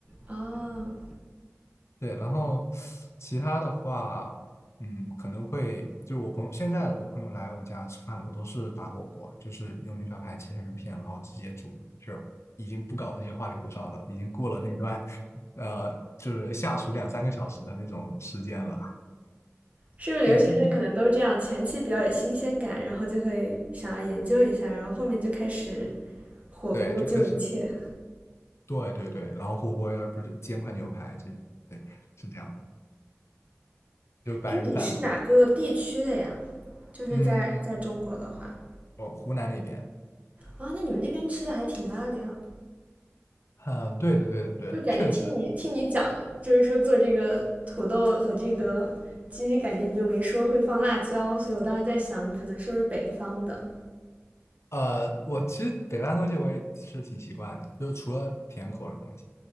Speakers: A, on the right; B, on the left.
A: 哦，
B: 对，然后其他的话，嗯，可能会就是我朋友现在我朋友来我家吃饭，我都是打火锅，就是用牛小排切成片，然后直接煮，就是已经不搞这些花里胡哨的了，已经过了那段，呃，就是下厨两三个小时的那种时间了。
A: 是不是留学生可能都是这样？
B: 对，就
A: 前期比较有新鲜感，然后就会想要研究一下，然后后面就开始火锅救一切。
B: 对，就开始，对对对，然后火锅要不就煎块牛排，这对是这样的，就是白人饭嘛。
A: 诶，你是哪个地区的呀？就是在在中国的话，
B: 嗯，哦，湖南那边，
A: 啊、那你们那边吃的还挺辣的呀。
B: 嗯，对的对的对的，
A: 就感觉听你听你讲，
B: 确实。
A: 就是说做这个土豆和这个鸡，感觉你就没说会放辣椒，所以我当时在想，你可能是不是北方的
B: 呃，我其实北方的东西我也吃挺习惯的，就是除了甜口的东西。